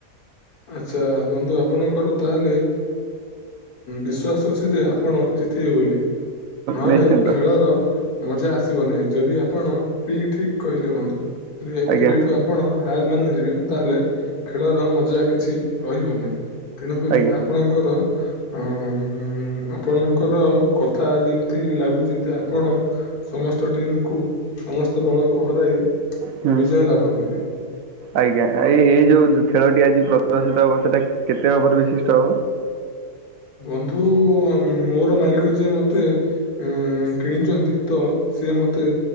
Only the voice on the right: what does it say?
ନିଶ୍ଚିନ୍ତ
ଆଜ୍ଞା
ଆଜ୍ଞା
ହୁଁ
ଆଜ୍ଞା ଏ ଏଇ ଯୋଉ ଖେଳ ଟି ଆଜି ପ୍ରଦର୍ଶିତ ହବ ସେଟା କେତେ ଓଭର ବିଶିଷ୍ଟ ହବ?